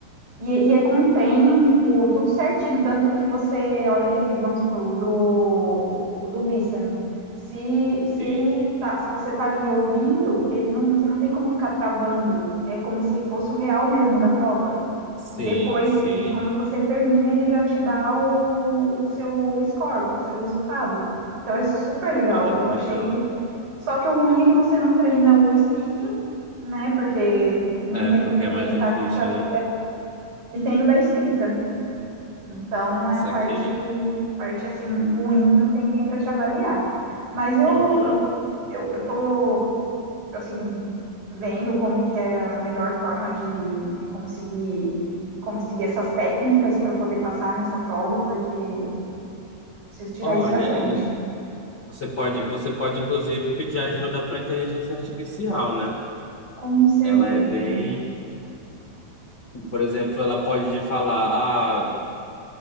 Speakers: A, on the right; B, on the left.
A: E, e é com tempo, tudo certinho. Tanto que você, a hora que ele, vamos supor, o do, o do Listen, se, se
B: Sim.
A: ele tá, se você tá ali ouvindo, ele não, você não tem como ficar travando. É como se fosse o real mesmo da prova.
B: Sim,
A: E depois,
B: sim.
A: e quando você termina, ele já te dá o, o seu score, o seu resultado. Então é super legal.
B: Olha
A: Eu
B: que bacana.
A: achei. Só que o ruim é que você não treina o speaking, né? Porque não
B: É,
A: tem
B: porque é
A: quem
B: mais difícil,
A: tá te a-
B: né?
A: entendo da escrita. Então é
B: Saquei.
A: a parte, parte assim ruim que não tem ninguém para te avaliar. Mas eu,
B: Uhum.
A: eu, eu tô assim, vendo como que é a melhor forma de, de conseguir conseguir essas técnicas para poder passar nessa prova, porque preciso tirar
B: Olha,
A: isso da frente.
B: e você pode, você pode inclusive pedir ajuda para inteligência artificial, né?
A: Com certeza.
B: Ela é bem, por exemplo, ela pode te falar, ah,